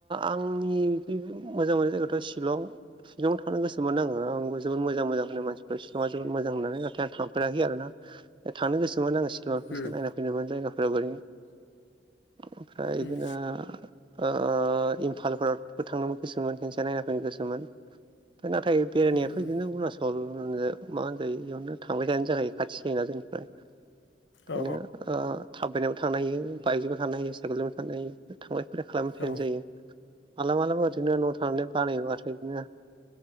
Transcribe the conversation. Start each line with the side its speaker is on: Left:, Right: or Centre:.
Right: आंनि मोजां मोननाय जायगायाथ' सिलं शिलंआव थांनो गोसोमोन आङो आंबो जोबोद मोजां-मोजां होनो मानसिफोर शिलंआव जोबोद मोजां होननानै नाथाय आं थांफेराखै आरो ना ओ थांनो गोसोमोन आङो सि बिमार फंस
Left: उम
Right: नायना फैनोमोन जायगाफोरा बोरै ओमफ्राय बिदिनो
Left: उम
Right: ओ इमफालफोरबो थांनोबो गोसोमोन खेनसे नायना फैनो गोसोमोन फ्राय नाथाय बेरायनायाथ'
Left: उम उम
Right: बिदिनो अरुणाचल मा होन जायो बेयावनो थांबाय थानायानो जाखायो खाथि जायोना जोंनिफ्राय।
Left: औ
Right: बिनो थाबायनायबो थांनो हायो बाइकजोंबो थां हायो साइकेलजोंबो थानो हायो थांला बे खालामबाय थानो
Left: औ
Right: जायो मालाबा माब्लाबा ओरैनो न' थानानै बानायो आरो इदिनो।